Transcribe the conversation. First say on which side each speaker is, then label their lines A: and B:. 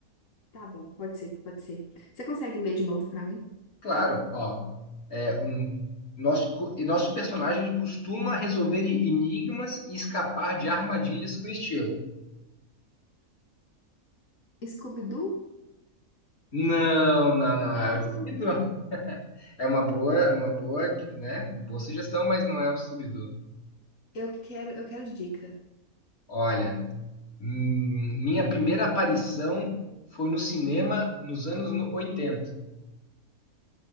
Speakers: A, on the left; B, on the left.
A: Tá bom, pode ser, pode ser. Você consegue ler de novo pra mim?
B: Claro, ó, é um nosso co- e nosso personagem ele costuma resolver enigmas e escapar de armadilhas com estilo.
A: Scooby-Doo?
B: Não, não, não,
A: Ah,
B: é o Scooby-Doo. É uma boa, uma boa, né? Boa sugestão, mas não é o Scooby-Doo.
A: Eu quero, eu quero dica.
B: Olha, Hum, Minha primeira aparição foi no cinema nos anos no- 80.